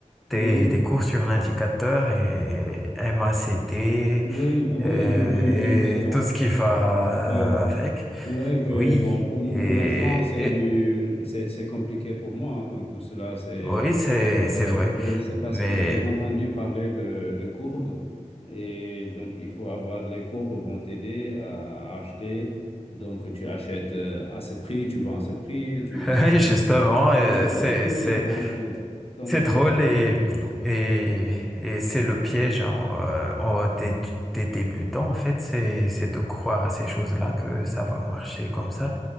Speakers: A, on the left; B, in the centre.
A: Oui,
B: Tes, tes cours sur l'indicateur et MACD
A: oui, ah oui,
B: euh,
A: j'ai vu, j'ai vu cela.
B: et tout ce qui va
A: Ouais,
B: avec.
A: ouais, je,
B: Oui,
A: bon, pour,
B: et,
A: pour l'instant, c'est
B: et-
A: du, c'est, c'est compliqué pour moi. hein. donc, tout cela, c'est
B: oui, c'est,
A: Euh,
B: c'est vrai.
A: je ne sais pas
B: Mais
A: ce que c'est. J'ai entendu parler de, de courbes et donc il faut avoir les courbes vont t'aider à, à acheter. Donc tu achètes euh, à ce prix, tu vends à ce prix,
B: <laughs>
A: tu
B: oui,
A: ça monte.
B: justement,
A: et,
B: euh,
A: et
B: c'est,
A: tu accumules
B: c'est
A: les gains. oui. Donc
B: C'est
A: c'est
B: drôle et, et, et c'est le piège en, euh, en des, des débutants, en fait, c'est, c'est de croire à ces choses-là que ça va marcher
A: d'accord.
B: comme ça.